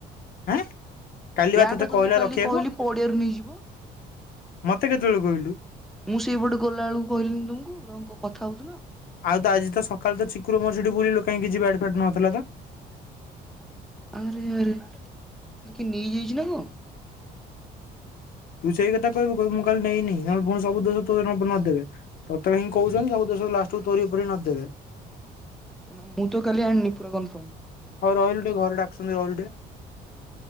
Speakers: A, on the left; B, in the centre.
A: ଆଁ କାଲି ବା
B: ବ୍ୟାଟ
A: ତୋତେ
B: ତ
A: କହିଲା
B: ମୁଁ କାଲି
A: ରଖିବାକୁ
B: କହିଲି ପଡ଼ିଆରୁ ନେଇଯିବୁ।
A: ମତେ କେତବଳେ କହିଲୁ?
B: ମୁଁ ସେଇପଟେ ଗଲାବେଳକୁ କହିଲି ନି ତମକୁ ତମେ କ କଥା ହଉଥିଲ?
A: ଆଉ ତ ଆଜି ତ ସଖାଳୁ ତ ଚିକୁର ମୋର ସେଠି ବୁଲିଲୁ କାଇଁ କିଛି ବ୍ୟାଟ ଫ୍ୟାଟ ନଥିଲା ତ?
B: ଆରେ ଆରେ ହେଟା କିଏ ନେଇ ଯାଇଚି ନା କଁ?
A: ତୁ ସେଇ କଥା କହିବୁ କହିବୁ ମୁଁ କାଲି ନେଇନି ନହେଲେ ଫୁଣି ସବୁ ଦୋଷ ତୋର ମୋ ଉପରେ ନଦି ଦେବେ। ତତେହିଁ କହୁଚନ୍ତି ସବୁ ଦୋଶ ଲାଷ୍ଟକୁ ତୋହରି ଉପରେ ନଦି ଦେବେ।
B: ମୁଁ ତ କାଲି ଆଣନି ପୁରା କନଫର୍ମ।
A: ହଉ ରହିଲୁ ଟିକେ ଘରେ ଡାକୁଛନ୍ତି ରହିଲୁ ଟିକେ।
B: ହୁଁ।